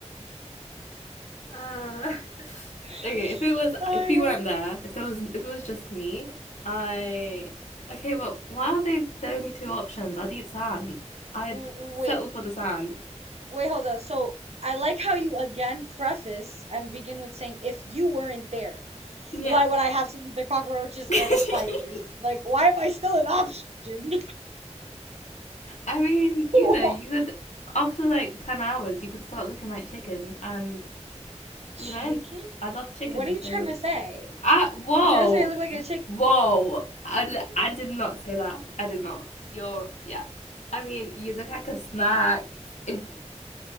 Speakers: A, on the left (about 75°); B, on the right (about 60°).
A: uh,
B: <laughs>
A: okay, if it was
B: Oh my
A: if he
B: God.
A: weren't there, if there was if it was just me, I okay, well why are they the only two options? I'd eat sand. I'd
B: Mm, mm,
A: settle
B: Wait,
A: for the sand.
B: wait, hold on. So I like how you again preface and begin with saying, if you weren't there,
A: Yeah.
B: why would I have to eat the cockroaches
A: <laughs>
B: or the spiders? Like, why am I still an option? <laughs>
A: I mean, you
B: Whoa.
A: know, you could after like ten hours you could start looking like chicken and
B: Chicken?
A: you know, I love chicken
B: What are you
A: so
B: trying to say?
A: I whoa
B: You trying to say I look like a
A: whoa I, d-
B: chicken?
A: I did not say that I did not you're yeah I mean you look like a snack if